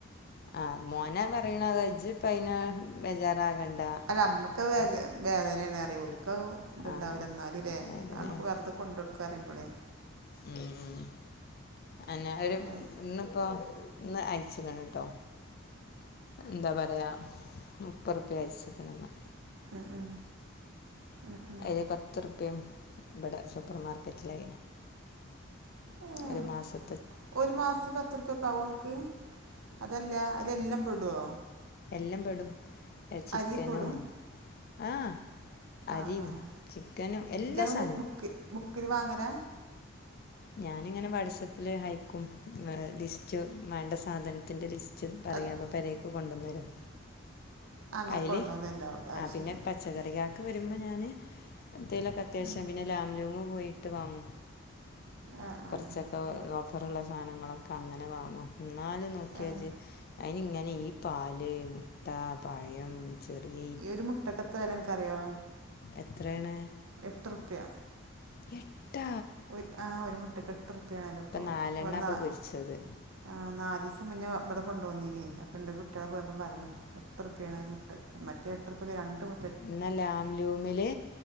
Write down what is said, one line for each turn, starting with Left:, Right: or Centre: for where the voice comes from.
Left: ആഹ് മോന പറയണ അതജ ഇപ്പൾ അന് ബേജാറാകണ്ട
Right: അല്ല നമുക്ക് വേദ
Left: ആഹ്
Right: വേദനയാണ് അറിയ ഒക്ക ഇതുണ്ടാവില്ല
Left: ആഹ്
Right: എന്നാലും അല്ലേ
Left: വേദനയാണ്
Right: ആക്ക് വെറുത കൊണ്ട് കൊടുക്കാറിയുമ്പോളേ
Left: മം ഉം അന്നാ ഒരു
Right: ഉം
Left: ഇന്നിപ്പോ ഇന്ന് അയച്ച്ക്ക്ണ് ട്ടോ എന്താ പറയാ മുപ്പറുപ്യ അയച്ച്ക്ക്ണ് ഇന്ന്.
Right: ഉ ഉ ഉ ഉ
Left: അതേ പത്ത് റുപയും ഇവിടെ സൂപ്പർമാർക്കറ്റില്
Right: ഏഹ്
Left: ഒരു മാസം
Right: ഒരു മാസത്തിൽ പത്ത് റുപ്യ ഒക്കെ ആവും നിങ്ങൾക്ക് അതല്ല അതിലെല്ലാം പെടുടോ?
Left: എല്ലാം പെടും ചിക്കനും
Right: അരിയൊക്കെ പെടും
Left: ആഹ് അരിയും
Right: ആഹ് ആഹ്
Left: ചിക്കനും എല്ലാ
Right: ഇജ്ജ്
Left: സാധനവും.
Right: ബുക്ക് ബുക്കിൽ വാങ്ങല.
Left: ഞാനിങ്ങനെ വാട്സാപ്പിൽ ഹയക്കും ലിസ്റ്റ് വേണ്ട സാധനത്തിന്റെ ലിസ്റ്റ്. <unintelligible> പറയാമോ
Right: അത്
Left: പേരേക്ക് കൊണ്ടുന്നരും.
Right: അങ്ങനെ
Left: അയിൽ
Right: കൊണ്ടുവന്നല്ലാവൂല അത്
Left: ആ പിന്നെ
Right: ശരി
Left: പച്ച പച്ചക്കറികാക്ക വരുമ്പോ ഞാൻ എന്തേലുമൊക്കെ അത്യാവശ്യം
Right: ഉം
Left: പിന്നെ ലാംലൂം് പോയിട്ട് വാങ്ങും.
Right: ആഹ് ആഹ്
Left: കുറച്ചൊക്കെ ഓഫറള്ള സാധനങ്ങളൊക്കെ അങ്ങനെ വാങ്ങും. ന്നാലും നോക്കിയാജ്
Right: ഏഹ്
Left: അതിനി ഇങ്ങനെ ഈ പാല് മുട്ട പഴം ചെറിയ
Right: ഈ ഒരു മുട്ടക്കത്ത് വില അൻക്ക്റിയോ
Left: എത്രഎണ്
Right: എട്ട്രുപ്പിയ
Left: എട്ട
Right: ഒരു ആ ഒരു മുട്ടക്ക് എട്ട്റുപ്പിയ ആണല്ലോ ഇപ്പോ.
Left: നാലെണ്ണ
Right: ഇപ്പോ ഇവ്ടുന്നാ
Left: ഇപ്പോൾ പൊരിച്ചത്
Right: ആ നാലിസം മുന്നേ ഇവിടെ കൊണ്ട വോന്നീനി അപ്പം ഇന്റെ കുട്ടിൾ പോയപ്പം പറയണേ എട്ട്റുപ്പിണ് ഒരു മുട്ട മറ്റേ എട്ടുറുപ്പിക്ക് രണ്ട് മു
Left: എന്ന ലാംലൂമില്